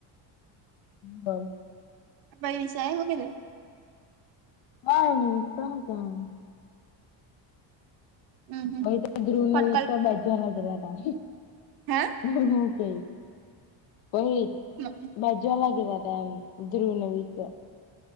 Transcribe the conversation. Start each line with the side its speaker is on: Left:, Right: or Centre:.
Left: બ.
Right: પહી વિશા એ હું કીધું.
Left: કઈ નહિ તે હું કહેવાની.
Right: હમ હમ
Left: હવે તો ધ્રુવ
Right: ફોન
Left: ને વિશ્વા બાજવા લાગેલા હતા.
Right: હાં?
Left: હું હું કહે પહી.
Right: હમ્મ.
Left: બાજવા લાગેલા હતા એમ ધ્રુવને વિશ્વા.